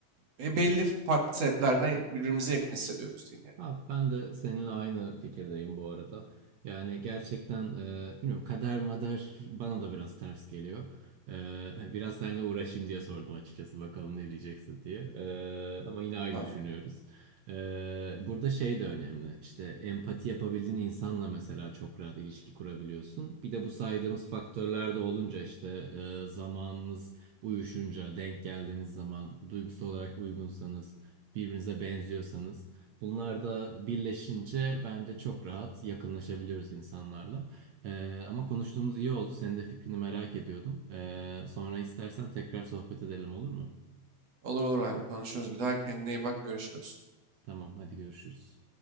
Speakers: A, on the right (about 55°); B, on the right (about 75°).
A: E, e, belli farklı sebeplerden birbirimize yakın hissediyoruz diyeyim yani.
B: Abi ben de seninle aynı fikirdeyim bu arada. Yani gerçekten e, bilmiyorum kader mader bana da biraz ters geliyor. E, biraz seninle uğraşayım diye sordum açıkçası bakalım ne diyeceksin diye. E, ama yine aynı
A: Tamam.
B: düşünüyoruz. E, burada şey de önemli. İşte empati yapabildiğin insanla mesela çok rahat ilişki kurabiliyorsun. Bir de bu saydığımız faktörler de olunca işte e, zamanınız uyuşunca, denk geldiğiniz zaman, duygusal olarak uygunsanız, birbirinize benziyorsanız Bunlar da birleşince bence çok rahat yakınlaşabiliyoruz insanlarla. Ee, ama konuştuğumuz iyi oldu. Senin de fikrini merak ediyordum. Ee, sonra istersen tekrar sohbet edelim olur mu?
A: Olur olur abi konuşuruz bir daha. Kendine iyi bak görüşürüz.
B: Tamam, hadi görüşürüz.